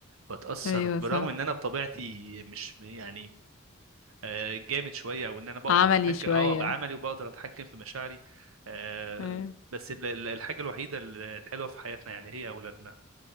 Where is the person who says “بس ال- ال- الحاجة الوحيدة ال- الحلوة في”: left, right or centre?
Right